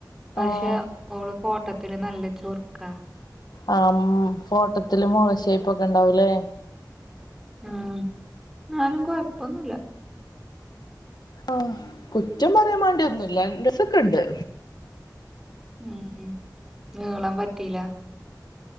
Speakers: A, in the centre; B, on the left (about 70°).
A: പക്ഷെ
B: ആഹ്
A: ഓള് ഫോട്ടത്തില് നല്ല ചൊറുക്കാ
B: ആ ഉം ഫോട്ടത്തില് മൊഖഷൈപ്പൊക്കെ ഇണ്ടാവൂലേ
A: ഉം ന്നാലും കൊഴപ്പൊന്നുല്ല
B: ആ കുറ്റം പറയാൻ വേണ്ടിന്നുല്ല രസൊക്കെ ഇണ്ട്
A: ഉം ഉം നീളം പറ്റില